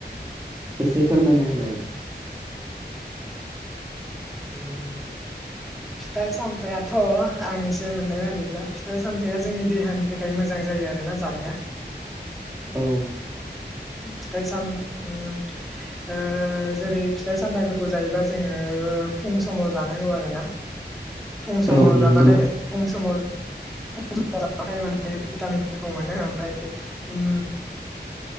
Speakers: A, on the right; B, in the centre.
A: एसे फोरमायना होलाय।
B: उम फिथाइ सामथाइाथ' आं एसे मोननाय बादिब्ला फिथाइ सामथाइया जोंनि देहानि थाखाय मोजां जायो आरोना जानाया।
A: औ
B: फिथाइ साम उम ओ जेरै फिथाइ सामथायाइफोरखौ जायोबा जोङो फुं समाव जानांगौ आरोना फुं समाव
A: औ नंगौ
B: जाबाथाय फुं समाव फुं समाव जाबाथाय माने भितामिनफोरखौ मोनो ओमफ्राय उम